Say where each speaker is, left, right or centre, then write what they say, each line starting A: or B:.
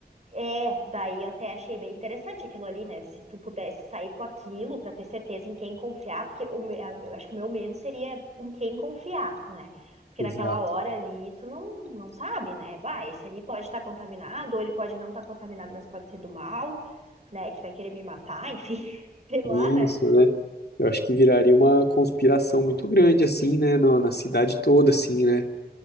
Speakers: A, on the right (about 40°); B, on the left (about 75°).
A: é, daí eu até achei bem interessante aquilo ali, né? Se tu pudesse sair com aquilo pra ter certeza em quem confiar, porque o, me- a- eu acho que o meu medo seria em quem confiar, né? Porque
B: Exato.
A: naquela hora ali tu não, não sabe, né? Bah, esse ali pode estar contaminado, ou ele pode não estar contaminado, mas pode ser do mal, né? Que vai querer me matar, enfim, <laughs> sei lá,
B: Isso,
A: né?
B: né? Eu acho que viraria uma conspiração muito grande, assim, né? Na, na cidade toda, assim, né?